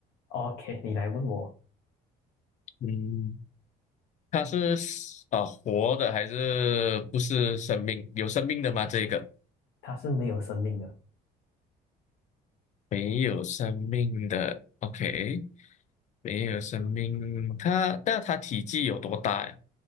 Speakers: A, on the left; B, on the left.
A: OK，OK，OK，你来问我，
B: 嗯，它是啊、活的还是不是生命？有生命的吗？这个
A: 它是没有生命的，
B: 没有生命的。OK，没有生命，它但它体积有多大呀？